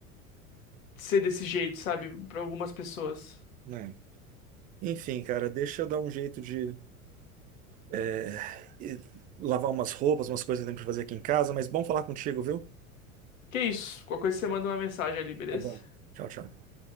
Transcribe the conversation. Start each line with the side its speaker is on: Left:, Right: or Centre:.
Left: ser desse jeito, sabe? Pra algumas pessoas.
Right: né? Enfim, cara, deixa eu dar um jeito de é, e- lavar umas roupas, umas coisas que eu tenho pra fazer aqui em casa, mas bom falar contigo, viu?
Left: Que isso? Qualquer coisa você manda uma mensagem ali, beleza?
Right: Tá bom. Tchau, tchau.